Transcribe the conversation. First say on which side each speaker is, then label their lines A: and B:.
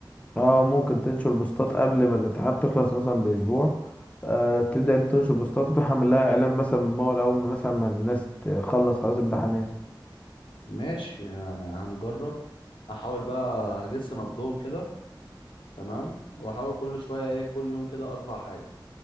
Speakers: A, on the left; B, on the left.
A: اه ممكن تنشر بوستات قبل ما الامتحانات تخلص مثلا باسبوع آه تبدا انت تنشر بوستات وتروح عامل لها اعلان مثلا من اول اول ما مثلا ما الناس تخلص خلاص امتحانات
B: ماشي يعني هنجرب أحاول بقى أجس نبضهم كده تمام وأحاول كل شوية إيه كل يوم كده أرفع حاجة